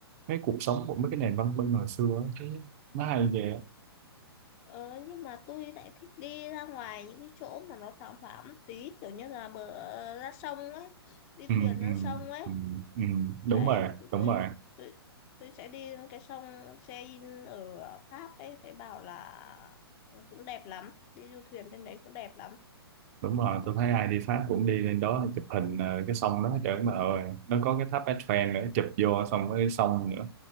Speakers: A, on the right; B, on the left.
A: mấy cuộc sống của mấy cái nền văn minh hồi xưa á. Thấy nó hay ghê á.
B: Ờ, nhưng mà tôi lại thích đi ra ngoài những cái chỗ mà nó thoáng thoáng một tí kiểu như là bờ ra sông ấy đi
A: ừ,
B: thuyền lên
A: ừ,
B: sông ấy
A: ừ, ừ. đúng
B: đấy
A: rồi
B: thì
A: đúng
B: tôi
A: rồi
B: tôi tôi sẽ đi lên cái sông Seine ở Pháp ấy thấy bảo là cũng đẹp lắm đi du thuyền trên đấy cũng đẹp lắm
A: đúng rồi tôi thấy ai đi Pháp cũng đi lên đó chụp hình ờ, cái sông đó trời ơi mà ơi nó có cái tháp Eiffel nữa chụp vô xong cái sông nữa